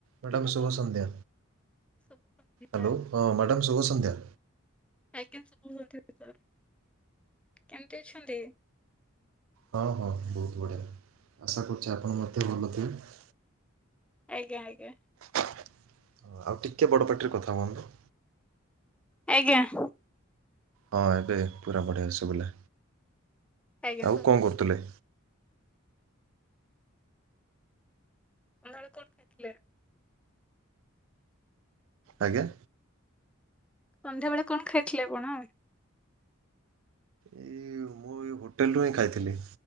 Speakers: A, on the right; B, in the centre.
A: Madam
B: hello
A: ଶୁଭସନ୍ଧ୍ୟା
B: ଶୁଭ ସନ୍ଧ୍ୟା
A: ହାଲୋ ମ୍ୟାଡାମ୍ ଶୁଭସନ୍ଧ୍ୟା।
B: ଆଜ୍ଞା ସାର କୁହନ୍ତୁ କେମିତି ଅଛନ୍ତି?
A: ହଁ ହଁ ବହୁତ ବଢ଼ିଆ ଆଶା କରୁଛି ଆପଣ ମଧ୍ୟ ଭଲ ଥିବେ?
B: ଆଜ୍ଞା ଆଜ୍ଞା।
A: ହଁ ଆଉ ଟିକେ ବଡ ପାଟିରେ କଥା ହୁଅନ୍ତ।
B: ଆଜ୍ଞା ଯୋଉ।
A: ହଁ ଏବେ ପୁରା ବଢିଆ ଶୁଭିଲା।
B: ଆଜ୍ଞା
A: ଆଉ
B: ସାର୍
A: କଣ କରୁଥିଲେ?
B: ସନ୍ଧ୍ୟା ବେଳେ କୋଉଠି ଥିଲେ?
A: ଆଜ୍ଞା।
B: ସନ୍ଧ୍ୟା ବେଳେ କଣ ଖାଇଥିଲେ ଆପଣ?
A: ଏଇ ମୁଁ ଏଇ ହୋଟେଲରୁୁ ହିଁ ଖାଇଥିଲି